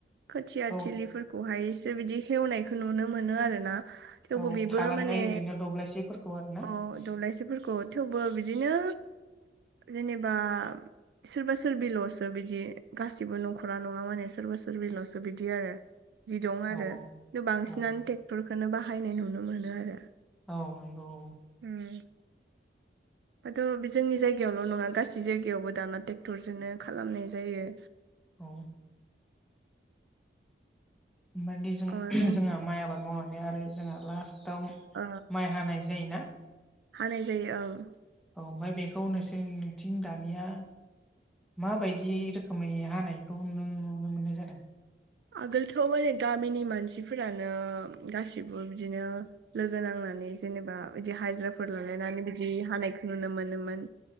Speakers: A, on the right; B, in the centre.
A: खोथिया
B: औ
A: थिलिफोरखौहायसो बिदि हेवनायखौ नुनो मोनो आरो ना थेवबो
B: औ
A: बेबो
B: थालांनाय
A: माने
B: ओरैनो दब्लायसेफोरखौ आरो ना
A: अ दब्लायसि फोरखौ थेवबो बिदिनो जेनेबा सोरबा सोरबिल'सो बिदि गासिबो न'खरा नङा माने सोरबा सोरबिलआवसो बिदि आरो बि दं आरो
B: औ
A: बांसिनानो
B: औ
A: ट्रेक्टरखौनो बाहायनाय नुनो मोनो आरो
B: औ नंगौ औ
A: उम
B: <unintelligible>
A: दाथ' बे जोंनि जायगायावल' नङा गासै जायगायावबो दाना ट्रेक्टरजोंनो खालामनाय जायो।
B: औ मानि जों
A: ओ नों
B: जोंहा माइ आबाद मावनानै आरो जोंहा लास्टाव
A: उ
B: माइ हानाय जायोना
A: हानाय जायो ओं
B: औ ओमफ्राय बेखौ नोंसोर नोंथिं दानिया माबायदि रोखोमै हानायखौ नों नुनो मोननाय जादों
A: आगोलथ' माने गामिनि मानसिफोरानो गासिबो बिदिनो लोगो नांनानै जेनेबा बिदि हाजिराफोर लालायनानै बिदि हानायखौ नुनो मोनोमोन